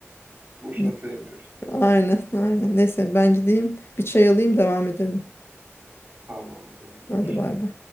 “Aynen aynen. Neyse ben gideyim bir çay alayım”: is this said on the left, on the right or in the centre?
Left